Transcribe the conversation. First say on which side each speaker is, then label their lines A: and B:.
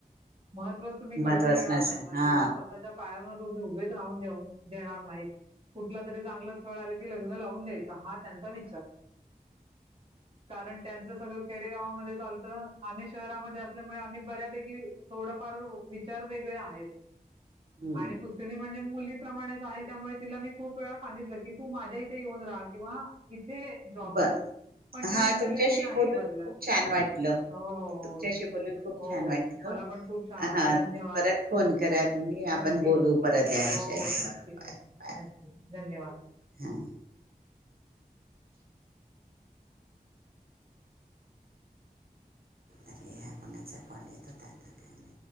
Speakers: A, on the right (about 35°); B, on the right (about 70°).
A: महत्वचं तुम्ही कळून
B: महत्वाच
A: देणार
B: नस
A: नसाल
B: हा
A: तिच्या स्वः ताच्या पायावर तुम्ही उभेच राहून देऊन देणार नाही कुठला तरी चांगलं स्थळ आलं की लग्न लावून द्यायचं हा त्याचा विचार कारण त्यांच सगळं खेडे गावामध्ये चालतं आम्ही शहरामध्ये असल्यामुळे आम्ही बऱ्यापैकी थोडं फार विचार वेगळे आहेत.
B: हम्म
A: आणि पुतणी म्हणजे मुलीप्रमाणेच आहे, त्यामुळे तिला मी खूप वेळा सांगितलं की तू माझ्या इथे येऊन राहा किंवा इथे जॉब
B: बर
A: कर पण ती
B: हा
A: मेंटॅलिटी
B: तुमच्याशी
A: नाही
B: बोलून
A: बदलत
B: खूप छान वाटलं
A: हो. हो
B: तुमच्याशी बोलून खूप
A: हो
B: छान वाटलं
A: मला पण खूप छान
B: हा
A: वाटलं धन्यवाद
B: परत फोन करा तुम्ही आपण
A: नक्की
B: बोलू
A: न क्की
B: परत या विषयावर.
A: हो नक्की
B: बरं बाय
A: नक्की
B: बाय
A: नक्की धन्यवाद.
B: हां.
A: <inaudible> <inaudible>
B: आताचे कोणाच कोण येत का आता <unintelligible>